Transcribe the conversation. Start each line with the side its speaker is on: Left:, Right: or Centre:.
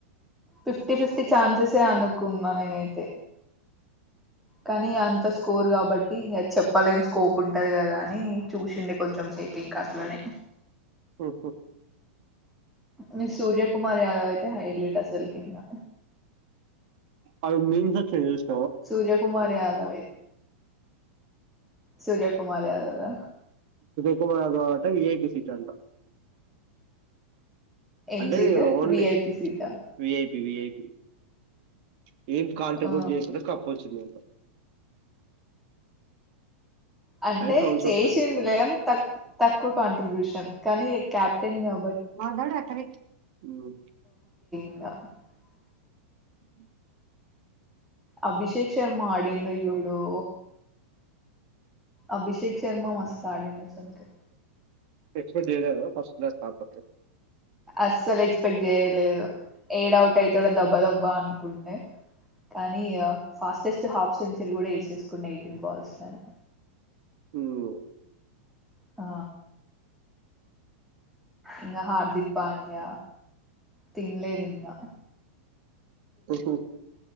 Centre: ఫిఫ్టీ ఫిఫ్టీ ఛాన్సెసే అనుకున్నా నేనైతే కానీ అంత స్కోర్ కాబట్టి ఇగ చెప్పలేం స్కోప్ ఉంటది కదా అని చూసిండి కొంచెం సేపింగ్క అట్లనే అని
Right: ఓహ
Centre: మీ సూర్యకుమార్ యాదవ్ అయితే హైలైట్ అసలు కింగా
Right: అవి మీందకి <unintelligible>
Centre: సూర్య కుమార్ యాదవ ఎ సూర్య కుమార్ యాదవ్ ద
Right: కుకు మాగ ఏఐపి సీటంట
Centre: ఏం
Right: అంటే
Centre: సీటు
Right: ఓన్లీ
Centre: విఐపి సీటా
Right: విఐపి విఐపి పి ఏం కాంట్రిబ్యూట్
Centre: ఆ
Right: చేయకుండా కప్ప్ ఒచ్చిందంట
Centre: అంటే
Right: అని రోల్స్
Centre: చేశిండు
Right: వస్తుంది
Centre: లే గని తక్ తక్కువ కాంట్రి బ్యూషన్ కానీ క్యాప్టెన్ గా
Right: మ్
Centre: <inaudible>
Right: అ
Centre: అభిషేక్ శర్మ ఆడిండు విడు అభిషేక్ శర్మా మస్త్ అడిండు అసల్కి
Right: ఎక్సపెక్ట్ చెయ్యలేదా ఫస్ట్ క్లాస్ పార్ట్ ఓకే
Centre: అస్సలు ఎక్స్పెక్ట్ చేయలేదు ఏడవుట్ అయితడో దబ్బా దబ్బా అనుకుంటే కానీ ఫాస్టెస్ట్ హాఫ్ సెంచరీ కూడా వేసేసుకున్న ఎయిటీన్ బాల్స్ లోనే
Right: హుమ్
Centre: ఆ ఇంగ హార్దక్ పాండ్య తిన్లేదు ఇంకా
Right: మ్ హు